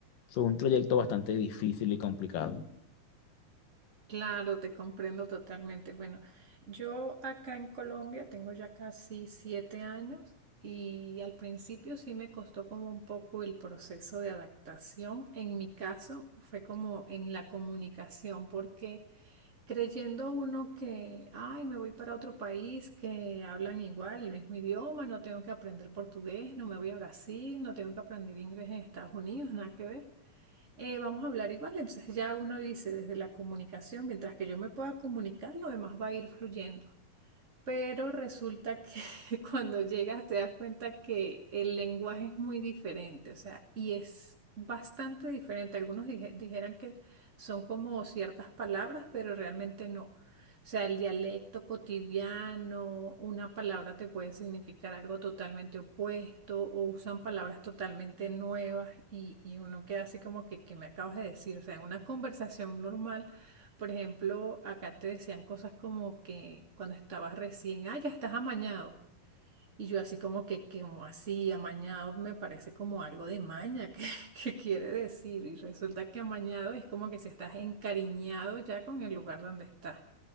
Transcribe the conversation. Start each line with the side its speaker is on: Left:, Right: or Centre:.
Left: fue un trayecto bastante difícil y complicado.
Right: Claro, te comprendo totalmente. Bueno, yo acá en Colombia tengo ya casi siete años y al principio sí me costó como un poco el proceso de adaptación. En mi caso fue como en la comunicación, porque creyendo uno que, ay, me voy para otro país que hablan igual, el mismo idioma, no tengo que aprender portugués, no me voy a Brasil, no tengo que aprender inglés en Estados Unidos, nada que ver eh, vamos a hablar igual. Entonces ya uno dice desde la comunicación, mientras que yo me pueda comunicar, lo demás va a ir fluyendo pero resulta que <laughs> cuando llegas te das cuenta que el lenguaje es muy diferente, o sea, y es bastante diferente. Algunos dije- dijeran que son como ciertas palabras, pero realmente no. O sea, el dialecto cotidiano, una palabra te puede significar algo totalmente opuesto o usan palabras totalmente nuevas y, y uno queda así como que, que me acabas de decir. O sea, en una conversación normal. Por ejemplo, acá te decían cosas como que cuando estabas recién, ah, ya estás amañado. Y yo así como que, como así, amañado me parece como algo de maña, <laughs> que, que quiere decir. Y resulta que amañado es como que si estás encariñado ya con el lugar donde estás.